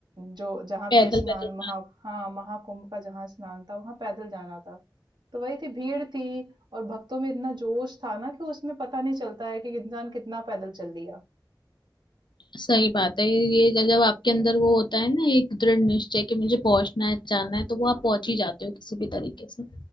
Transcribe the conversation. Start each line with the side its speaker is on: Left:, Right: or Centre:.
Right: जो जहाँ
Left: पैदल
Right: पे स्नान
Left: पैदल
Right: महा हाँ महाकुंभ का जहाँ स्नान था वहाँ पैदल जाना था तो वही थी भीड़ थी और भक्तों में इतना जोश था ना कि उसमें पता नहीं चलता है कि इंसान कितना पैदल चल लिया
Left: सही बात है ये जब जब आपके अंदर वो होता है ना एक दृढ़ निश्चय कि मुझे पहुंचना है जाना है तो वो आप पहुंच ही जाते हो किसी भी तरीके से